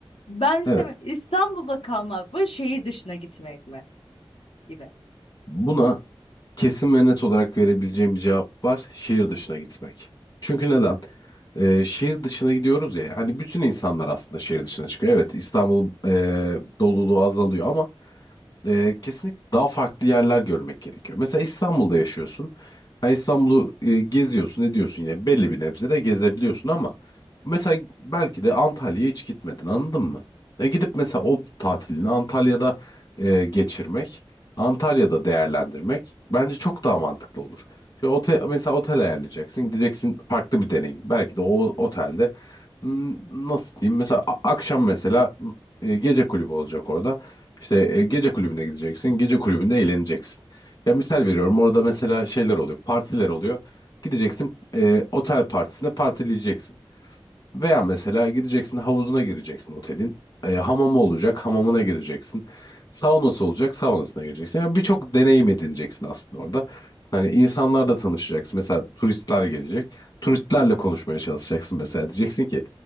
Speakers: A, on the left; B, on the left.
A: Ben işte
B: Evet.
A: İstanbul'da kalmak mı şehir dışına gitmek mi gibi.
B: Buna Kesin ve net olarak verebileceğim bir cevap var. Şehir dışına gitmek. Çünkü neden? Ee, şehir dışına gidiyoruz ya. Hani bütün insanlar aslında şehir dışına çıkıyor. Evet İstanbul e, doluluğu azalıyor ama e, kesinlikle daha farklı yerler görmek gerekiyor. Mesela İstanbul'da yaşıyorsun. Ha, İstanbul'u e, geziyorsun, ediyorsun yine belli bir nebze de gezebiliyorsun ama mesela belki de Antalya'ya hiç gitmedin, anladın mı? E, gidip mesela o tatilini Antalya'da e, geçirmek, Antalya'da değerlendirmek bence çok daha mantıklı olur. Şimdi ote, mesela otel ayarlayacaksın, gideceksin farklı bir deneyim. Belki de o otelde hmm, nasıl diyeyim mesela a- akşam mesela hmm, e, gece kulübü olacak orada. İşte e, gece kulübüne gideceksin. Gece kulübünde eğleneceksin. Ya misal veriyorum orada mesela şeyler oluyor. Partiler oluyor. Gideceksin e, otel partisinde partileyeceksin. Veya mesela gideceksin havuzuna gireceksin otelin. E, hamamı olacak, hamamına gireceksin. Saunası olacak, saunasına gireceksin. Yani birçok deneyim edineceksin aslında orada. Hani insanlarla tanışacaksın. Mesela turistler gelecek. Turistlerle konuşmaya çalışacaksın mesela. Diyeceksin ki